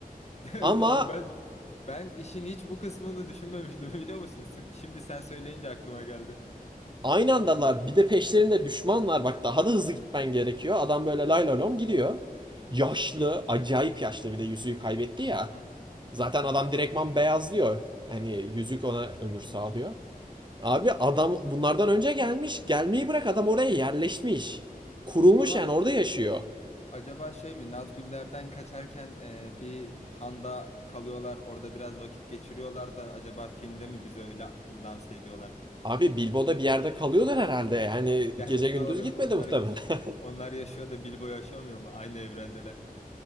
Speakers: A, on the left; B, on the right.
A: <laughs>
B: ama
A: O ben ben işin hiç bu kısmını düşünmemiştim biliyor musun? Sim- Şimdi sen söyleyince aklıma geldi.
B: aynı andalar
A: Yani.
B: bir de peşlerinde düşman var bak daha da hızlı gitmen gerekiyor. Adam böyle lay lay lom gidiyor. Yaşlı acayip yaşlı bir de yüzüğü kaybetti ya.
A: Hı hı.
B: Zaten
A: Hı
B: adam
A: hı.
B: direktman beyazlıyor. Yani yüzük ona ömür sağlıyor. Abi adam bunlardan önce gelmiş. Gelmeyi bırak adam oraya yerleşmiş. Kurulmuş
A: Ama
B: yani orada yaşıyor.
A: Acaba şey mi Nazgüller'den kaçarken e, bir handa kalıyorlar orada biraz vakit geçiriyorlar da acaba filmde mi bizi öyle lanse ediyorlar?
B: Abi Bilbo'da bir yerde kalıyorlar herhalde. Yani
A: <laughs> Gerçi
B: gece gündüz
A: doğru
B: gitmedi
A: onlar,
B: muhtemelen. <laughs>
A: onlar yaşıyor da Bilbo yaşamıyor mu? Aynı evrendeler.